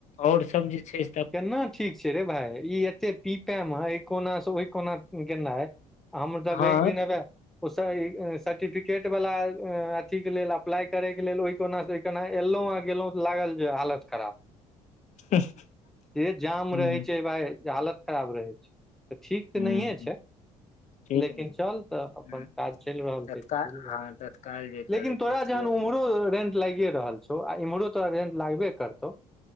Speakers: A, on the left; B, in the centre.
A: और सब जे छैय
B: केना ठीक छै रे भााय ई एते पीपएमे एहि कोनासँ ओहि कोना केेना हम सब
A: हँ
B: एक दिन हबे ओ सर्टिफिकेट वाला अथी के लेल अप्लाई करय के लेल ओहि कोना से ओ केना एलहुँं गेलहुं तऽ लागल जे हालत खराब
A: <inaudible>
B: से जाम
A: हूँ
B: रहै छै भाई हालत खराब रहै छै तऽ ठीक तऽ
A: हूँ
B: नहिए छै
A: ठीक
B: लेकिन
A: मिल
B: चल तऽ अपन
A: हूँ
B: काज चलि रहल
A: तत्काल
B: छै तऽ चल रहल
A: हँ तत्काल जे चलै
B: लेकिन
A: छै
B: तोरा
A: से
B: जहन उमहर रेंट लागिए रहल छौ आ इम्हरो तोरा रेंट लागबे करतौ